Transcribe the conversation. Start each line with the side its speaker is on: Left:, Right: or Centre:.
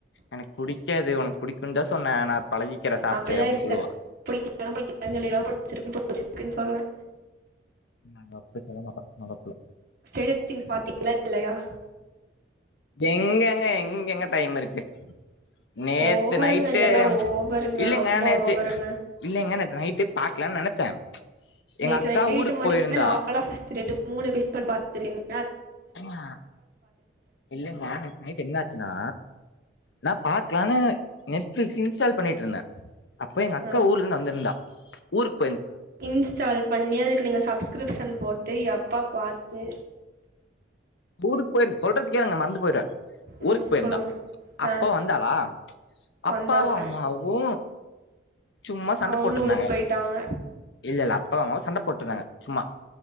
Left: எனக் புடிக் உனக்கு புடிக்குன்னு தா சொன்னே நா பழகிக்கிறே சாப்ட்டு
Right: அப்டில்லா
Left: அப்டின்னு
Right: இல்ல
Left: சொல்லுவா
Right: புடிக்கலனா புடிக்கலன்னு சொல்லிருவே புடிச்சிருக்குனா புடிச்சிருக்குன்னு சொல்லுவே
Left: நாங்க அப்டி செல்ல மாட்டோ நல்ல புள்ள
Right: <unintelligible> திங்ஸ் பாத்தீங்களா இல்லையா
Left: எங்கங்க எங்கங்க டைம் இருக்கு நேத்து
Right: ஓவருங்க
Left: நைட்டு
Right: இதெல்லா ஓவருங்க
Left: இல்லங்க
Right: ரொம்ப
Left: நேத்து
Right: ஓவருங்க
Left: இல்லைங்க நே நைட்டு பாக்கலானு நெனச்சே எங்க
Right: நேத்து
Left: அக்கா
Right: நைட்டு
Left: ஊருக்கு
Right: மட்டுமே
Left: போயிருந்தா
Right: நா ஆ ஆபிஸ் த ரெட்டு மூணு எபிசோட் பாத்து <unintelligible>
Left: எங்க இல்லங்க நேத்து நைட் என்ன ஆச்சுன்னா நா பாக்கலானு நெட்ஃபிளிக்ஸ் இன்ஸ்டால் பண்ணிட்டு இருந்தே அப்போ எங்க அக்கா
Right: ஆ
Left: ஊர்ல இருந்து வந்திருந்தா ஊருக்
Right: இன்ஸ்டால் பண்ணி அதுக்கு நீங்க சப்ஸ்கிரிப்ஷன் போட்டு எப் எப்போ பாத்து
Left: ஊருக்கு போயிருந் சொல்றத கேளுங்க மறந்து போயிடுவே
Right: ம்
Left: ஊருக்கு போயிருந்தா
Right: சொல்லுங்க
Left: அப்போ
Right: ஆ
Left: வந்தாளா அப்பாவு
Right: வந்தாங்க
Left: அம்மாவு சும்மா சண்ட
Right: அவங்களு
Left: போட்டுடிருந்தாங்க
Right: ஊருக்கு போயிட்டாங்க
Left: இல்லல்ல போமோது சண்ட போட்டு இருந்தாங்க சும்மா